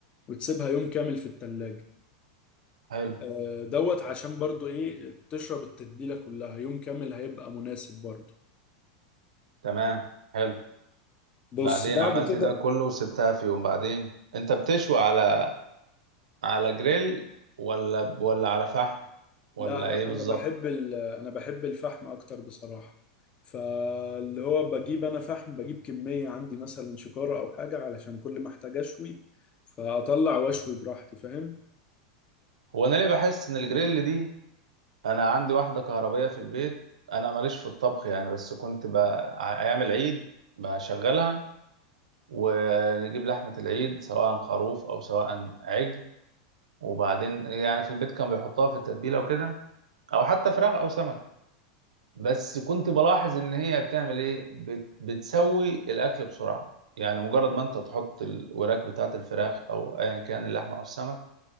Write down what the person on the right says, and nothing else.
حلو
تمام حلو
بعدين
عملت
ده كله وسبتها في يوم بعدين انت بتشوي على على جريل ولا ولا على فحم ولا
ايه بالظبط
هو انا ليه بحس ان الجريل دي انا عندي واحده كهربائيه في البيت انا ماليش في الطبخ يعني بس كنت ب... ع- ايام العيد بشغلها ونجيب لحمه العيد سواء خروف او سواء عجل وبعدين يعني في البيت كان بيحطها في التتبيله وكده او حتى فراخ او سمك بس كنت بلاحظ ان هي بتعمل ايه بت... بتسوي الاكل بسرعه يعني مجرد ما انت تحط الوراك بتاعه الفراخ او ايا كان اللحمه او السمك